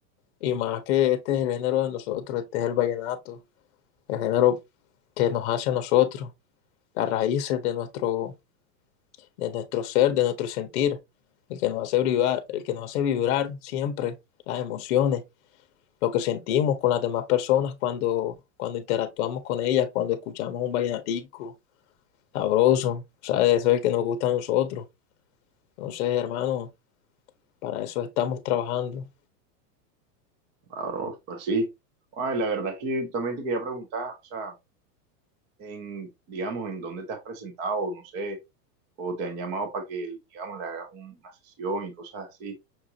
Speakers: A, on the left; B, on the right.
A: Y más que este es el género de nosotros, este es el vallenato, el género que nos hace a nosotros, las raíces de nuestro, de nuestro ser, de nuestro sentir, el que nos hace vibrar, el que nos hace vibrar siempre, las emociones, lo que sentimos con las demás personas cuando, cuando interactuamos con ellas, cuando escuchamos un vallenatico sabroso, ¿sabes? Eso es el que nos gusta a nosotros. Entonces, hermano, para eso estamos trabajando.
B: Ahora, pues sí. Ay, la verdad es que también te quería preguntar, o sea, en, digamos, en dónde te has presentado, no sé, o te han llamado para que, digamos, le hagas un- una sesión y cosas así.